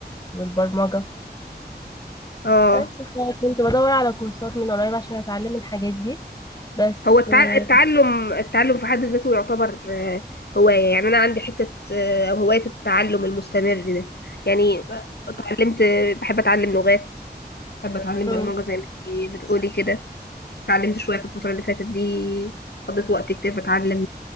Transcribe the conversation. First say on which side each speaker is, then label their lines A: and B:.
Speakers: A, on the left; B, on the left.
A: والبرمجة
B: آه
A: بس كنت بدور على كورسات من قريب عشان اتعلم الحاجات دي بس
B: هو التع-
A: آه،
B: التعلم التعلم في حد ذاته يعتبر آه، هواية يعني أنا عندي حتة آه، هواية التعلم المستمر ده يعني اتعلمت بحب أتعلم لغات بحب أتعلم
A: مم.
B: برمجة زي ما أنت بتقولي كده اتعلمت شوية في الفترة اللي فاتت دي قضيت وقت كتير بتعلم